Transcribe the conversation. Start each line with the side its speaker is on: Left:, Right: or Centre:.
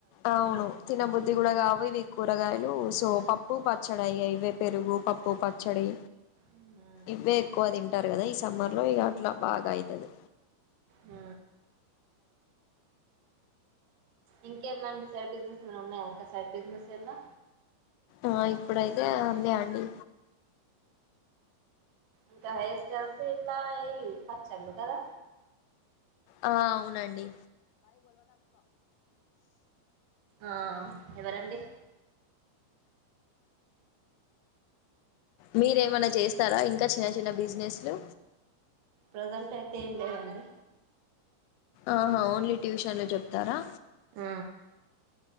Left: అవును తిన బుద్ధి గుడ గావు ఇవి కూరగాయలు సో పప్పు పచ్చడి అయ్యాయ్. ఇవే పెరుగు, పప్పు, పచ్చడి.
Right: మ్మ్.
Left: ఇవే ఎక్కువ తింటారు కదా ఈ సమ్మర్ లో ఇక నా బాగ అయితది
Right: ఉ ఇంకేమండి సైడ్ బిజినెస్ ఏమైనా ఉన్నాయా ఇంకా సైడ్ బిజినెస్ ఎలా
Left: ఆ ఇప్పుడైతే అందే అండి.
Right: ఇంకా హైర్ స్టైల్స్ ఇట్లాటివి పచ్చలు కదా
Left: ఆ అవునండి.
Right: ఆ ఎవరండి
Left: మీరేమన్నా చేస్తారా ఇంకా చిన్న చిన్న బిజినెస్లు
Right: ప్రజెంట్ అయితే ఏం లేదండి.
Left: ఆహా ఓన్లీ ట్యూషన్లు చెప్తారా?
Right: ఆ